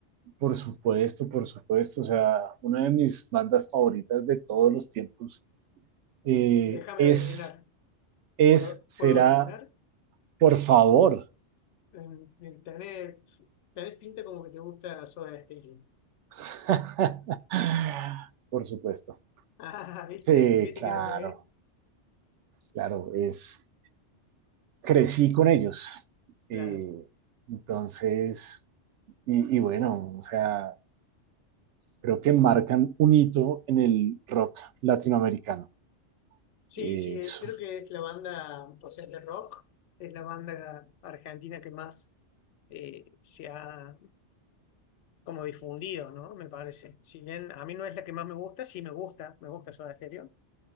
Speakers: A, on the right; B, on the left.
A: Por supuesto, por supuesto. O sea, una de mis bandas favoritas de todos los tiempos eh,
B: Déjame
A: es,
B: adivinar.
A: es,
B: ¿Puedo,
A: será,
B: puedo adivinar?
A: por favor.
B: Eh, tenés, tenés pinta como que te gusta Soda Stereo. <laughs>
A: <laughs> Por supuesto.
B: Ah, ¿viste?
A: sí
B: ¿Viste
A: claro,
B: que le pegué?
A: claro, es, crecí con ellos.
B: Claro.
A: Eh, entonces, y, y, bueno, o sea, creo que marcan un hito en el rock latinoamericano.
B: Sí,
A: Es
B: sí, eh, creo que es la banda, o sea, de rock, es la banda argentina que más eh, se ha como difundido, ¿no? Me parece. Si bien a mí no es la que más me gusta, sí me gusta, me gusta Soda Stereo,